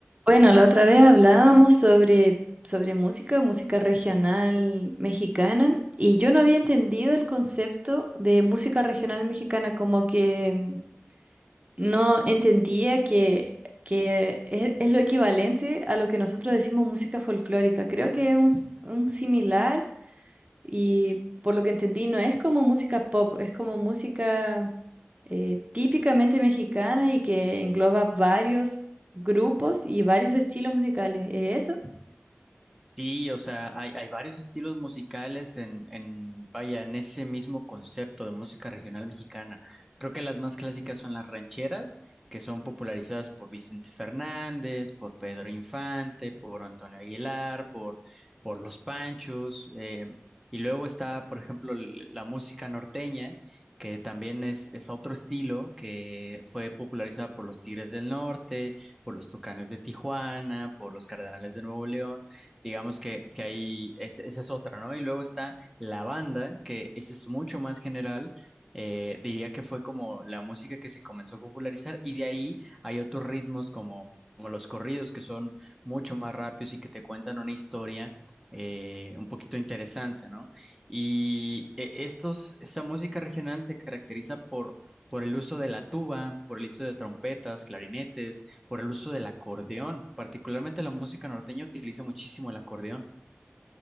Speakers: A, on the right (about 30°); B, in the centre.
A: Bueno, la otra vez hablábamos sobre, sobre música, música regional mexicana, y yo no había entendido el concepto de música regional mexicana, como que mm, no entendía que, que es, es lo equivalente a lo que nosotros decimos música folclórica. Creo que es un, un similar, y por lo que entendí, no es como música pop, es como música eh, típicamente mexicana y que engloba varios grupos y varios estilos musicales. ¿Es eso?
B: Sí, o sea, hay, hay varios estilos musicales en, en, vaya, en ese mismo concepto de música regional mexicana. Creo que las más clásicas son las rancheras, que son popularizadas por Vicente Fernández, por Pedro Infante, por Antonio Aguilar, por, por Los Panchos. eh, y luego está, por ejemplo, l- la música norteña, que también es, es otro estilo que fue popularizada por los Tigres del Norte, por los Tucanes de Tijuana, por los Cardenales de Nuevo León digamos que, que ahí es, esa es otra, ¿no? Y luego está la banda, que esa es mucho más general. Eh, diría que fue como la música que se comenzó a popularizar y de ahí hay otros ritmos como, como los corridos que son mucho más rápidos y que te cuentan una historia eh, un poquito interesante, ¿no? Y eh, estos, esta música regional se caracteriza por, por el uso de la tuba, por el uso de trompetas, clarinetes, por el uso del acordeón. Particularmente la música norteña utiliza muchísimo el acordeón.